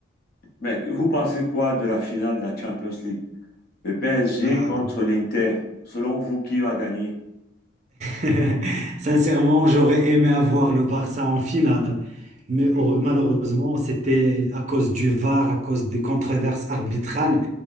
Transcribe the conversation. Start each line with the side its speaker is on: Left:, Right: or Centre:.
Left: Mais vous pensez quoi de la finale de la Champions League? Le PSG
Right: Euh,
Left: contre l'Inter. Selon vous, qui va gagner?
Right: <laughs> Sincèrement, j'aurais aimé avoir le Barça en finale, mais heureux-
Left: Oui.
Right: malheureusement, c'était à cause du VAR, à cause des controverses arbitrales.